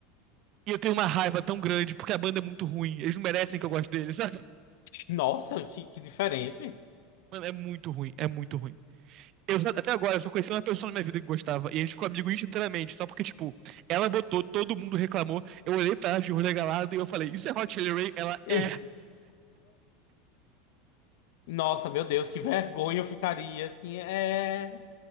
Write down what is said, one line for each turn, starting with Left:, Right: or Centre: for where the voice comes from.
Right: E eu tenho uma raiva tão grande porque a banda é muito ruim. Eles não merecem que eu goste deles, sabe?
Left: Nossa, que, que diferente.
Right: Mano, é muito ruim, é muito ruim. Eu já- até agora eu só conheci uma pessoa na minha vida que gostava, e a gente ficou amigo inteiramente, só porque, tipo, ela botou, todo mundo reclamou. Eu olhei pra ela de olho regalado e eu falei, isso é Hot Chili Ray? Ela
Left: <laughs>
Right: é.
Left: Nossa, meu Deus, que vergonha eu ficaria assim. É,